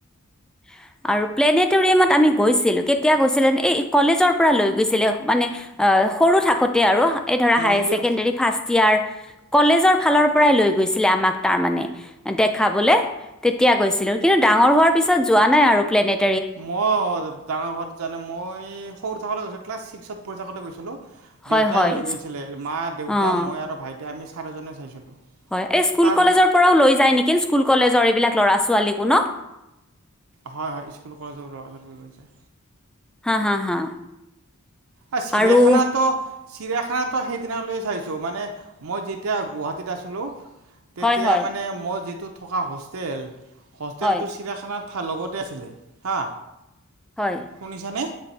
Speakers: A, in the centre; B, on the right.
A: <inaudible> আৰু প্লেনেটৰিয়ামত আমি গৈছিলো, কেতিয়া গৈছিল, এই কলেজৰ পৰা লৈ গৈছিল, মানে সৰু থাকোঁতেই আৰু, এই ধৰা হাইচেকেনদ্ৰেৰি
B: মন্দিৰ
A: ফাট ইয়াৰ, কলেজৰ ফালৰ পৰাই লৈ গৈছিলে আমাক তাৰমানে দেখাবলে, তেতিয়া গৈছিলো, কিন্তু ডাঙৰ হোৱাৰ পিছত যোৱা নাই আৰু, প্লেনেট
B: মই অ', ডাঙৰ ঘৰত জানে, মই সৰু থাকোতে গৈছো ক্লাছ ছিক্সত পঢ়ি থাকোতে গৈছিলো।
A: হয়
B: দেউতাই
A: হয়
B: লৈ গৈছিলে, মা, দেউতা,
A: অঁ
B: মই, আৰু ভাইটি আমি চাৰিজনে চাইছিলোঁ।
A: হয়, এই স্কুল
B: তাৰপিছত
A: কলেজৰ পৰাঁও লৈ যায় নেকি, স্কুল কলেজৰ এইবিলাক ল'ৰা ছোৱালীকো ন?
B: হয় হয়, স্কুল কলেজৰ ল'ৰা লৈ যায়।
A: হা, হা, হা।
B: এ চিৰিয়াখানাটো,
A: আৰু
B: চিৰিয়াখানা ত', সেইদিনা লৈ চাইছো, মানে, মই যেতিয়া গুৱাহাটীত আছিলো। তেতিয়া
A: হয় হয়
B: মানে মই যিটো থকা হোষ্টেল হোষ্টেলটো
A: হয়
B: চিৰাখানাত লগতে আছিলে হা।
A: হয়,
B: শুনিছানে?